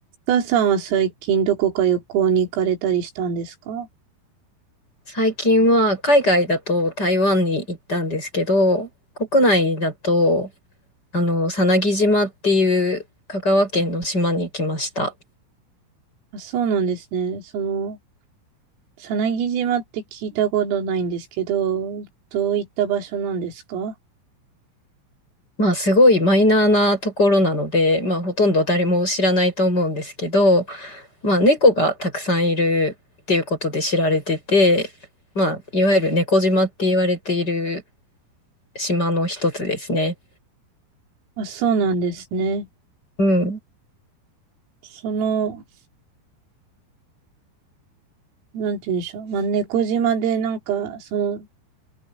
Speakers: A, on the right; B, on the left.
A: お母さんは最近どこか旅行に行かれたりしたんですか
B: 最近は海外だと台湾に行ったんですけど、国内だと、あの、さなぎ島っていう香川県の島に来ました。
A: あ、そうなんですね。その、さなぎ島って聞いたことないんですけど、どういった場所なんですか
B: まあ、すごいマイナーなところなので、まあ、ほとんど誰も知らないと思うんですけど、まあ、猫がたくさんいるっていうことで知られてて、まあ、いわゆる猫島って言われている島の一つですね。
A: あ、そうなんですね。
B: うん。
A: その、なんて言うんでしょう。まあ、猫島でなんか、その、